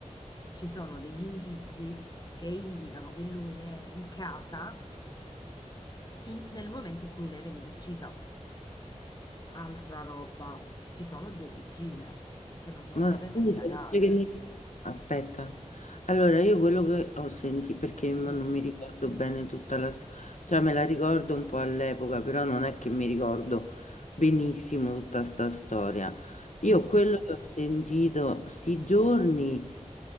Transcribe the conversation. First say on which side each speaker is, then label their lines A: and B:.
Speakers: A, on the left; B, on the left.
A: ci sono degli indizi che indicano che lui era in casa in- nel momento in cui lei veniva uccisa. Altra roba, ci sono due cugine che non sono
B: ma
A: state
B: scusa,
A: mai indagate.
B: dice che ne- Aspetta, allora io quello che ho sentito, perché mo
A: Mm,
B: non mi ricordo bene tutta la storia, cioè me la ricordo un po' all'epoca, però non è che mi ricordo benissimo tutta sta storia. Io
A: mhm,
B: quello che ho sentito sti giorni...